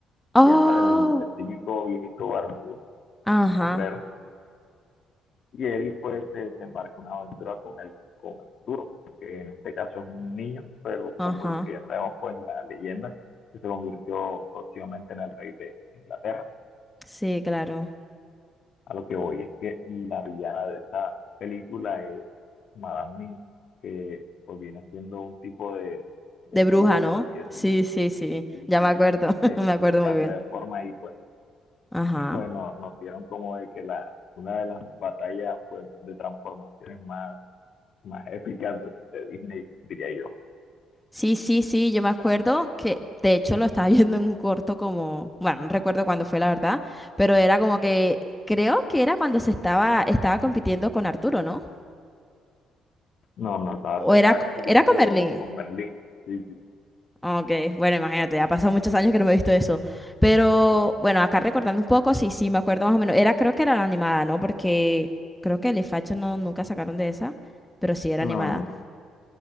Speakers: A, in the centre; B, on the left.
A: Oh,
B: Ya sabes, el, el típico viejito barbudo,
A: ajá,
B: sombrero y él pues se, se embarca una aventura con él, con Arturo, que en este caso es un niño, pero
A: ajá.
B: como los que ya sabemos pues la leyenda, que se convirtió próximamente en el rey de Inglaterra.
A: Sí, claro.
B: A lo que voy es que la villana de esta película es Madame Mim, que pues viene siendo un tipo de, de
A: De
B: bruja,
A: bruja, ¿no?
B: por así decirlo,
A: Sí, sí, sí.
B: sí
A: Ya
B: sí,
A: me acuerdo. <laughs>
B: que,
A: Me
B: que, también
A: acuerdo
B: cambia
A: muy bien.
B: de forma y pues, <laughs>
A: Ajá.
B: y pues nos, nos dieron como de que la, una de las batallas pues, de transformaciones más más épicas de, de Disney, diría yo.
A: Sí, sí, sí. Yo me acuerdo que, de hecho, lo estaba <laughs> viendo en un corto como, bueno, no recuerdo cuándo fue, la verdad, pero era como que, creo que era cuando se estaba, estaba compitiendo con Arturo, ¿no?
B: No, no, estaba,
A: O
B: estaba
A: era, c-
B: <laughs> compitiendo
A: era con Merlín.
B: con, con Berlín. Sí, sí.
A: Ah, Ok, bueno, imagínate, ya ha pasado muchos años que no me he visto eso. Pero bueno, acá recordando un poco, sí, sí, me acuerdo más o menos. Era, creo que era la animada, ¿no? Porque creo que el Facho no, nunca sacaron de esa, pero sí era
B: No,
A: animada.
B: no, no.